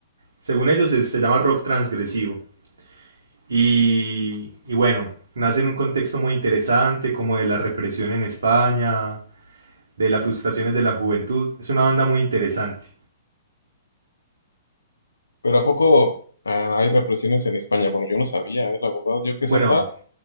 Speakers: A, on the right; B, on the left.
A: Según ellos es- se llama rock transgresivo. Y, y bueno, nace en un contexto muy interesante como de la represión en España, de las frustraciones de la juventud. Es una banda muy interesante.
B: Pero ¿a poco ah, hay represiones en España? Bueno, yo no sabía, eh, la verdad, yo que
A: Bueno,
B: sepa,